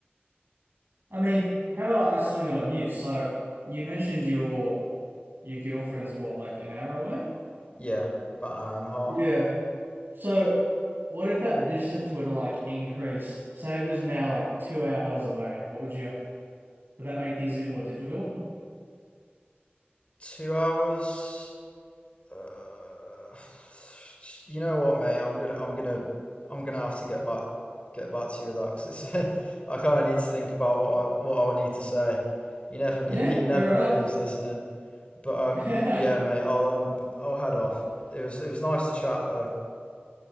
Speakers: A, on the right; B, on the left.
A: I mean, how about I, I swing it on you? So you mentioned your your girlfriend's what, like an hour away?
B: Yeah, about an hour and a half,
A: Yeah. So what if that distance were to like increase? Say it was now like two hours away. What would you, would that make things a bit more difficult?
B: two hours. Uh, you know what, mate? I'm gonna, I'm gonna, I'm gonna have to get back, get back to you with that 'cause it's, <laughs> I kind of need to think about what I, what I need to say. You never, kn-
A: Yeah,
B: <laughs> you never
A: fair enough.
B: know who's listening. But um,
A: <laughs>
B: yeah, mate. I'll um, I'll head off. It was, it was nice to chat though.